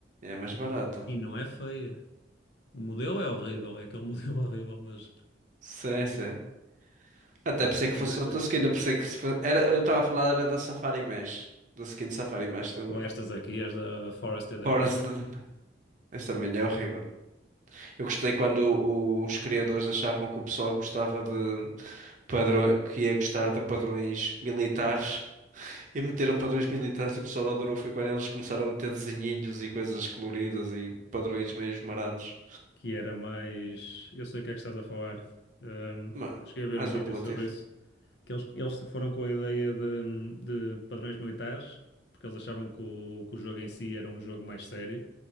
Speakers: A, on the right (about 45°); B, on the left (about 65°).
A: É a mais barata.
B: E não é feia. O modelo é horrível, é aquele modelo <laughs> horrível, mas
A: Sim, sim. Até
B: a faca
A: pensei
B: Sim,
A: que fosse
B: assim não é feia.
A: outra skin, eu pensei que se fosse... era, eu estava a falar era da Safari Mesh, da skin Safari Mesh, lembra?
B: Ou estas aqui, as da Forested
A: Forest,
B: Epá.
A: esta milha é horrível. Eu gostei quando o- os criadores achavam que o pessoal gostava de padrões, que ia gostar de padrões militares e meteram padrões militares e o pessoal adorou. Foi quando eles começaram a meter desenhinhos e coisas coloridas e padrões meio esmarados.
B: que era mais. Eu sei o que é que estás a falar. Ahm,
A: Ma-
B: cheguei a
A: Mais
B: ver um vídeo
A: apelativo.
B: sobre isso, que eles, eles foram com a ideia de, de padrões militares, porque eles achavam que o, que o jogo em si era um jogo mais sério.